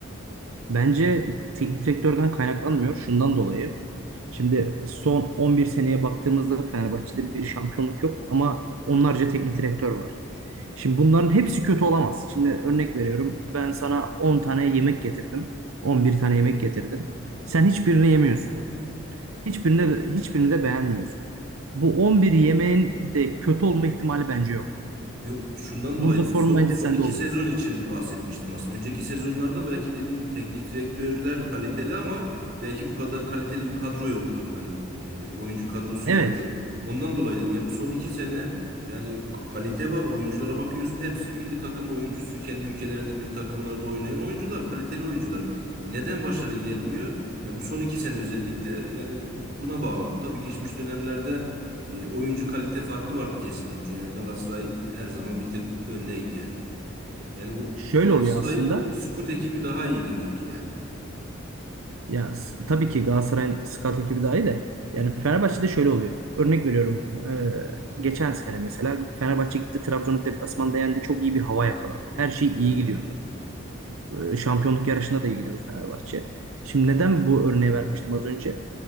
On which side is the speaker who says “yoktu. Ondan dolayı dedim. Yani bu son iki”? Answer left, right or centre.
Right